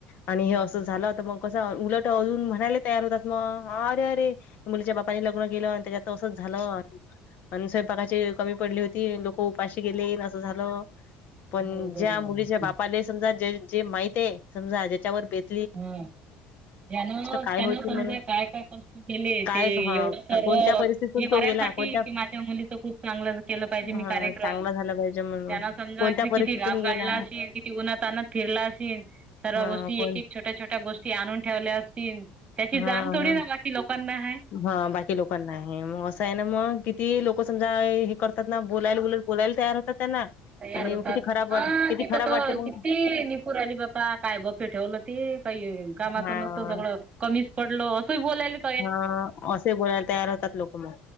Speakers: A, on the left (about 50°); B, on the right (about 25°).
A: आणि हे असं
B: हो
A: झालं त मग- कसं उलट अजून म्हणायला तयार होतात मग अरे अरे- मुलीच्या बापानी लग्न केलं आणि त्याच्यात त असंच झालं. आणि स्वयंपाकाची कमी पडली होती. लोक उपाशी गेले अन असं झालं. पण
B: बरोबर हो बरोबर
A: ज्या
B: आहे.
A: मुलीच्या बापाले समजा ज जे माहित ए समजा ज्याच्यावर बेत -
B: हम. ज्यानं
A: काय
B: त्यांन
A: होती
B: समजा
A: म्हणून
B: काय काय कष्ट केलेए
A: काय
B: ते
A: हा
B: एवढं- सर्व
A: कोणत्या परिस्थितीतून
B: हे
A: तो
B: करायसाठी
A: गेला कोणत्या
B: की माझ्या मुलीच खूप चांगलं <unintelligible> केलं पाहिजे. मी
A: हा
B: कार्य- -क्रम.
A: चांगला झाला पाहिजे म्हणून
B: त्यांन समजा
A: कोणत्या
B: क
A: परिस्थितीतून
B: किती घाम
A: गेला
B: गाळला अशील - कि उन्हा तान्हात फिरला अशील. सर्व्या
A: हा
B: गोष्टी
A: कोण
B: एक एक छोट्या छोट्या गोष्टी आणून ठेवल्या असतील. त्याची
A: हा
B: जाण थोडी
A: हा
B: ना बाकी लोकांना आहे.
A: हा. बाकी लोकांना नाहीये मग- असय ना म. किती लोक समजा हे करतात ना बोलायला बोला बोलायला तयार होतात त्यांना.
B: तयार
A: आणि
B: होतात.
A: किती खराब
B: हा.
A: वाट किती
B: तिथं
A: खराब
B: तर
A: वाटते मग
B: किती- पुर आली बा्पा काय बफे ठेवलं ते. काही कामाच
A: हा
B: नसत सगळं- कमीच पडल असंही बोलायले -
A: हं. असही बोलायला तयार होतात लोक मग.